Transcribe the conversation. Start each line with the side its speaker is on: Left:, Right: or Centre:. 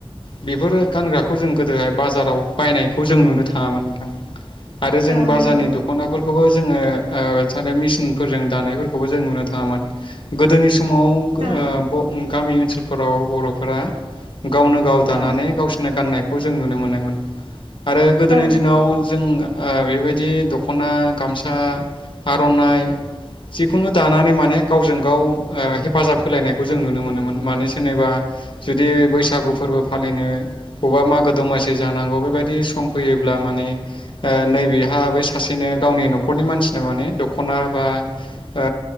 Left: बेफोर गानग्राखौ जों गोदोहाय बाजाराव बायनायखौ जों नुनो थाङांमोन नोंथां आरो जों
Right: औ
Left: बाजारनि
Right: नंगौ
Left: दख'नाफोरखौबो जोंङो ओ मेसिनफोरजों दानायफोरखौबो जों नुनो थाङांमोन गोदोनि गो ओ
Right: औ
Left: ब उम गामि ओनसोलफोराव ब'फोरा गावनो गाव दानानै
Right: औ
Left: गावसोरनो गाननाय खौ जों नुनो मोननायमोन आरो गोदोनि
Right: औ
Left: दिनाव जों गा ओ बेबायदि दखना गामसा आरनाइ जिखुनु दानानै माने गावजों गाव ओ हेफाजाब होलायनायखौ जों नुनो मोनोमोन माने सोरनिबा जुदि बैसागु फोरबो फालिनो बबेबा मागो दमासि जानांगौ बेबायदि सम फैयोब्ला माने ओ नैबेहा बै सासेनो गावनि न'खरनि मानसि माने दख'ना बा ओ